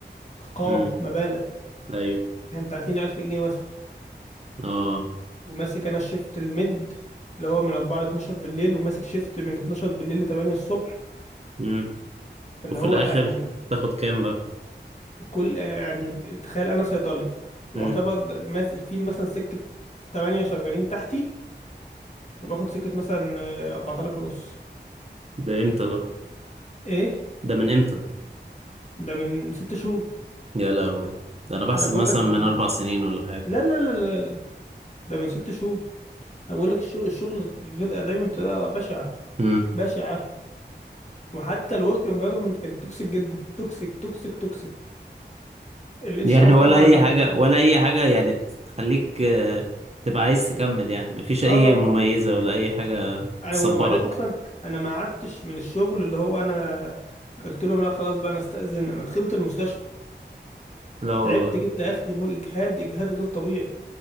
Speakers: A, on the left; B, on the right.
A: ارقام
B: امم
A: مبالغ
B: ايوه
A: فاهم 30000 جنيه مثلا
B: اه
A: وماسك انا الشيفت الميد اللي هو من 4 ل 12 بالليل وماسك شيفت من 12 بالليل ل 8 الصبح
B: امم
A: فاللي
B: وفي
A: هو
B: الاخر
A: يعني
B: تاخد كام بقى
A: كل يعني تخيل انا صيدلي واعتبر
B: امم
A: ماس في مثلا سكة تمانية شغالين تحتي وباخد سكة مثلا آه، أربعة آلاف ونص
B: ده امتى ده
A: ايه
B: ده من امتى
A: ده من ست شهور
B: يا لهوي ده انا بحسب
A: انا بقول
B: مثلا
A: لك
B: من
A: لا
B: اربع سنين ولا حاجة
A: لا لا لا لا. ده من ست شهور انا بقول لك الشغل الشغل غير آدمي بطريقة بشعة
B: امم
A: بشعة وحتى الورك انفايرمنت كانت توكسيك جدا توكسيك توكسيك توكسيك الاتش
B: يعني
A: ار طبعا
B: ولا اي
A: يعني
B: حاجة ولا اي حاجة يعني تخليك آه، تبقى عايز تكمل يعني مفيش
A: اه
B: اي مميزة ولا اي حاجة
A: يعني
B: تصبرك
A: وبعدين اصلا انا ما قعدتش من الشغل اللي هو انا قلت لهم لا خلاص بقى انا استأذن انا دخلت المستشفى
B: لا والله
A: تعبت جبت اخري مو اجهاد اجهاد غير طبيعي